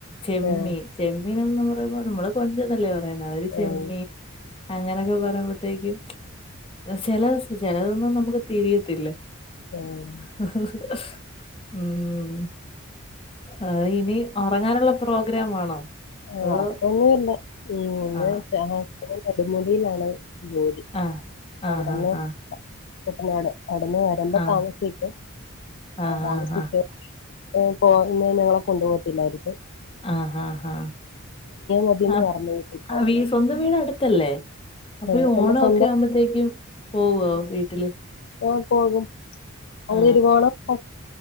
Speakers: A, on the left; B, on the left.
A: ചെമ്മീൻ
B: ഉം
A: ചെമ്മീൻ എന്ന് പറയുമ്പോൾ നമ്മള് കൊഞ്ചന്നല്ലേ പറയുന്നത്, അവര് ചെമ്മീൻ
B: ഉം
A: അങ്ങനൊക്കെ പറയുമ്പോത്തേക്കും ചില ചിലതൊന്നും നമുക്ക് തിരിയത്തില്ല.
B: ഏഹ്.
A: മ് ആ ഇനി ഒറങ്ങാനുള്ള പ്രോഗ്രാം ആണോ?
B: ആഹ്
A: അതോ
B: ഉറക്കൊന്നുല്ല ഇന്ന്
A: ആ
B: ചാച്ചൻ നെടുമുടിയിലാണ്. ജോലി,
A: ആ ആ ആ
B: അവിടന്ന്
A: ആ
B: കുട്ടനാട് അവിടെന്ന് വ രണ്ട്
A: ആ
B: താമസിക്കും,
A: ആ ആ
B: താമസിക്ക
A: ആ
B: പോ പോ ഇന്ന് ഞങ്ങളെ കൊണ്ടു പോകത്തില്ലായിരിക്കും.
A: ആഹ് ആഹ്
B: മതിയെന്ന്
A: ആഹ്
B: പറഞ്ഞു വീട്ടിൽ പോകാനായിട്ട്
A: ആ വി സ്വന്തം വീട് അടു ത്തല്ലേ, അപ്പോ
B: ആ,
A: ഈ ഓണക്കെ
B: എന്റെ സ്വന്തം
A: ആകുമ്പോത്തേക്കും പോവുവോ വീട്ടില്.
B: ഓ പോകും
A: ആ
B: അവനരുവോണം ഹസ്